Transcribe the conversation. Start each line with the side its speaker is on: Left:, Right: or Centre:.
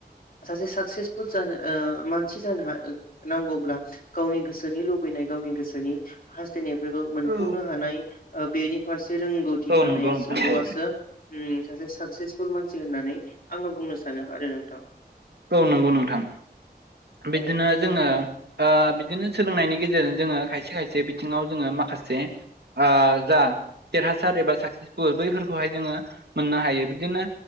Left: सासे साक्सेसफुल जानो मा- नसि जानो नांगौब्ला गावनि गोसोनि लुबैनाय गावनि गोसोनि हा- स्थायनायफोरखौ मोनफुंनो
Right: औ
Left: हानाय बेनि फारसे रोंगौथि
Right: औ
Left: थानाय
Right: नंगौ नोंथां
Left: सुबुङासो
Right: औ
Left: उम सासे साक्सेसफुल मानसि होननानै आङो बुंनो सानो आरो नोंथां
Right: औ नंगौ नोंथां बिदिनो
Left: औ
Right: जोङो ओ बिदिनो सोलोंनायनि गेजेरजों जोङो खायसे खायसे बिथिङाव जोङो माखासे ओ जा देरहासार एबा साक्सेसफुल बैफोरखौहाय जोङो मोननो हायो बिदिनो